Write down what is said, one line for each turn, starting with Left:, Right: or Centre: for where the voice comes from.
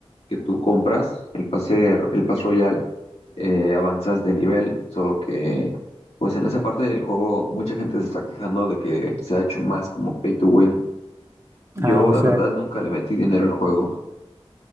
Left: que tú compras, el pase, el pase royal, eh, avanzas de nivel, solo que pues en esa parte del juego mucha gente se está quejando de que se ha hecho más como pay to win. Yo
Right: Ah, o
Left: la
Right: sea,
Left: verdad nunca le metí dinero al juego.